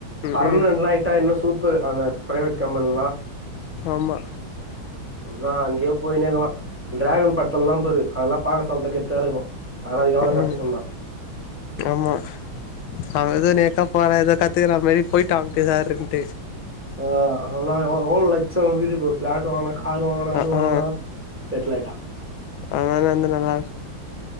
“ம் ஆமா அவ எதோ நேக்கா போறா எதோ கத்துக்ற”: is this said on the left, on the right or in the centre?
Left